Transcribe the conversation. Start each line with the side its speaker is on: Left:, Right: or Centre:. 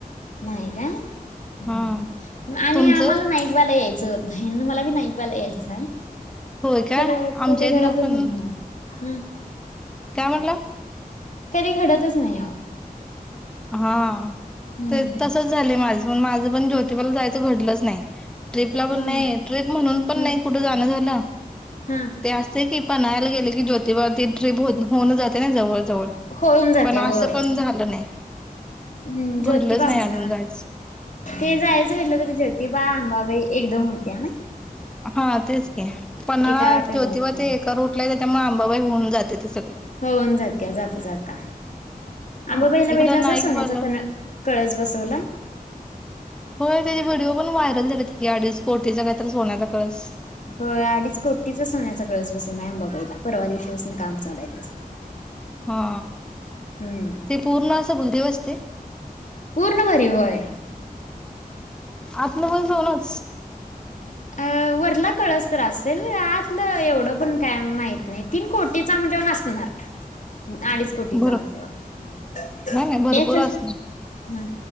Left: नाही काय? हं
Centre: हा
Left: हं. आणि
Centre: तुमचं
Left: आम्हाला नाईकबाला याय च होत नाही. आणि मला बी नाईकबाला यायचं आहे.
Centre: होय काय
Left: खर
Centre: आमच्या
Left: कधी घडतच
Centre: इथनं पण
Left: नाही. हम्म.
Centre: काय म्हणला?
Left: कधी घडतच नाही अहो.
Centre: हा
Left: हम्म
Centre: ते तसच झालं माझ पण. माझं पण ज्योतिबाला जायचं घडलंच नाही. ट्रिपला
Left: हम्म
Centre: पण नाही, ट्रिप म्हणून पण
Left: हम्म
Centre: नाही कुठं जाणं झालं.
Left: हा
Centre: ते असतंय की पन्हाळ्याला गेले की ज्योतिबा ती ट्रीप होऊन जाते ना जवळ जवळ
Left: होऊन जात्या
Centre: पण असं
Left: होय
Centre: पण झालं नाही.
Left: हम्म,
Centre: घडलंच
Left: ज्योतिबा
Centre: नाही
Left: म्हणा
Centre: अजून जायचं
Left: ते जायचं घडलं तरी जोतिबा, अंबाबाई एकदम होत्या नई‌.
Centre: हा तेच की पन्हाळा,
Left: एका वाटेला
Centre: ज्योतिबा
Left: होती.
Centre: ते एका रूठला हाय त्याच्यामुळे आंबाबाई होऊन जाते ते सग
Left: होऊन जाते जाता, जाता.
Centre: हा
Left: आंबाबाईला
Centre: इकडं
Left: बघितलासा
Centre: नाईकबाला
Left: सोन्याचा कळस बसवलाय?
Centre: होय त्याचे व्हिडिओ पण व्हायरल झालेत की, अडीच कोटीचा काय तर सोन्याचा कळस
Left: होय अडीच कोटीचा सोन्याचा कळस बसवलाय अंबाबाईला. परवा दिवशीपासनं काम चालूय त्याचं.
Centre: हा
Left: हम्म
Centre: ते पूर्ण असं भरीव अस
Left: पूर्ण भरीव होय.
Centre: आत मधुन सोनंच? <inaudible>
Left: अ वरला कळस तर असेल आतलं एवढं पण काय माहित नाही. तीन कोटीचा म्हणजे असणार.
Centre: <inaudible>
Left: अडीच कोटीचा
Centre: भर
Left: म्हटल्यावर.
Centre: नाही नाही भरपूर
Left: एक हं.
Centre: असणार